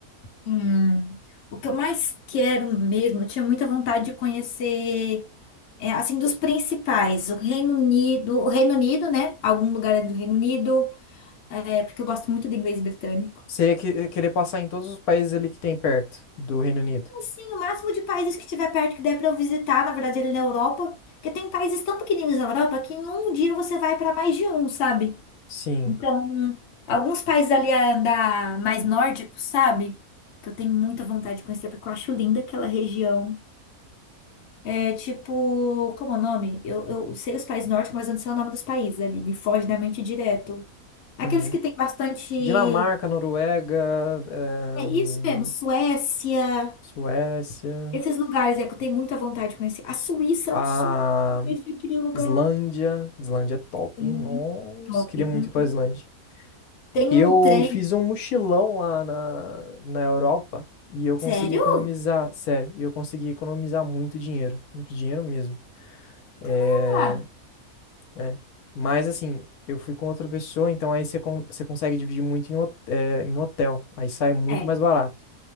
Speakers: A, on the left; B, on the left.
A: Hum, o que eu mais quero mesmo, eu tinha muita vontade de conhecer, é, assim, dos principais, o Reino Unido, o Reino Unido, né? Algum lugar ali do Reino Unido, é, porque eu gosto muito do inglês britânico.
B: Você ia que- querer passar em todos os países ali que tem perto do Reino Unido?
A: Assim, o máximo de países que tiver perto que der pra eu visitar, na verdade, ele na Europa. Porque tem países tão pequeninos na Europa que em um dia você vai pra mais de um, sabe?
B: Sim.
A: Então, alguns países ali ah, da mais nórdicos, sabe? Que eu tenho muita vontade de conhecer, porque eu acho linda aquela região. É tipo, como é o nome? Eu, eu sei os países nórdicos, mas eu não sei o nome dos países ali. Me foge da mente direto. Aqueles
B: Uhum.
A: que tem bastante.
B: Dinamarca, Noruega, eh,
A: É isso mesmo, Suécia.
B: Suécia,
A: Esses lugares é que eu tenho muita vontade de conhecer. A Suíça
B: a
A: é um sonho conhecer aquele lugar.
B: Islândia. Islândia é top,
A: Sim,
B: hein? Nossa,
A: top.
B: queria muito
A: Hum.
B: ir pra Islândia.
A: Tem
B: Eu
A: um trem.
B: fiz um mochilão lá na, na Europa e eu
A: Sério?
B: consegui economizar, sério, e eu consegui economizar muito dinheiro, muito dinheiro mesmo. É,
A: Caramba!
B: é. Mas assim, eu fui com outra pessoa, então aí você, con- você consegue dividir muito em, ho- é, em hotel, aí sai muito
A: É,
B: mais barato.